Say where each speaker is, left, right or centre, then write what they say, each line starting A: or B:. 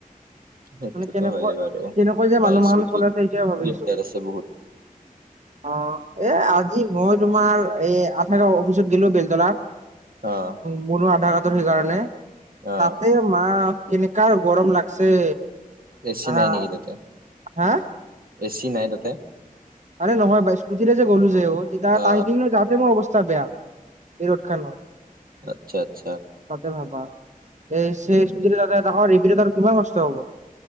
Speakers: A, on the right (about 80°); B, on the right (about 55°).
A: সেইটোতো
B: মানে কেনেকৈ
A: হয়ে বাৰু
B: কেনেকৈ যে
A: বাইক
B: মানুহ মাহান
A: স্কুটিত
B: চলে তাকেহে ভাবিছোঁ।
A: দিগদাৰ আছে বহুত
B: অঁ, এ আজি মই তোমাৰ এই গড়গাঁওৰ অফিচত গলো বেলতলাত।
A: অঁ।
B: মনো আধা বাটতে সেইকাৰণে।
A: অ
B: তাতে মা কেনেকা গৰম লাগছে।
A: এ চি
B: আহা
A: নাই নেকি তাতে,
B: হা
A: এ চি নাই তাতে?
B: আৰে নহয় বাই স্কুটিৰে যে গ'লো যে তেতিয়া
A: অ
B: তাই কিনো যাওঁতে মোৰ অৱস্থা বেয়া। এ ৰদ খালোঁ। তাতে
A: আচ্ছা আচ্ছা
B: ভাবা এই
A: উম,
B: খুজৰে তাতে ত এবি ত আৰু কিমান কষ্ট হব!